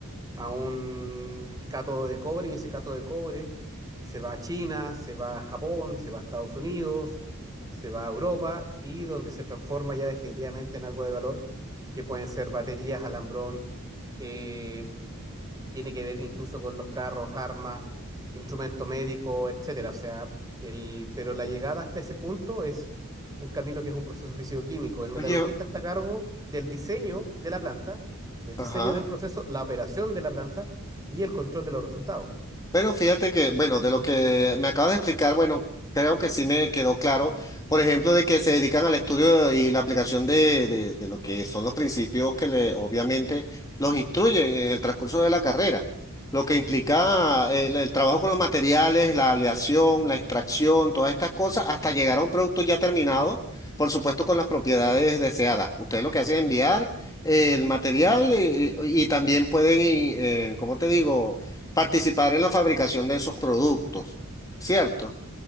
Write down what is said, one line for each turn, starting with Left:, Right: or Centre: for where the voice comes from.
Right: a un cátodo de cobre y ese cátodo de cobre se va a China, se va a Japón, se va a Estados Unidos, se va a Europa y donde se transforma ya definitivamente en algo de valor que pueden ser baterías, alambrón, eh, tiene que ver incluso con los carros, armas, instrumento médico, etcétera. O sea, el, pero la llegada hasta ese punto es un camino que es un proceso físico-químico. El metalurgista
Left: Oye,
Right: está a cargo del diseño de la planta, del
Left: Ajá.
Right: diseño del proceso, la operación de la planta y el control de los resultados.
Left: Bueno, fíjate que, bueno, de lo que me acabas de explicar, bueno, creo que sí me quedó claro, por ejemplo, de que se dedican al estudio y la aplicación de, de, de lo que son los principios que le, obviamente los instruyen en el transcurso de la carrera, lo que implica eh, el, el trabajo con los materiales, la aleación, la extracción, todas estas cosas, hasta llegar a un producto ya terminado, por supuesto, con las propiedades deseadas. Ustedes lo que hacen es enviar eh, el material eh, y, y también pueden, y, eh, ¿cómo te digo? participar en la fabricación de esos productos, ¿cierto?